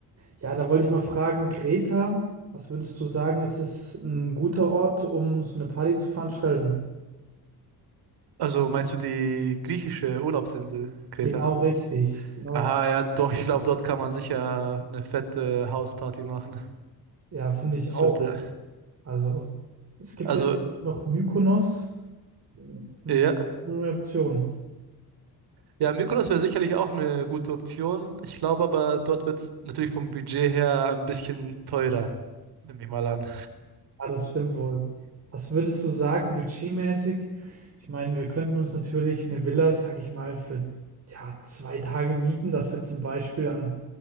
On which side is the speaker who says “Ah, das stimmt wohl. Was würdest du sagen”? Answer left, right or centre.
Right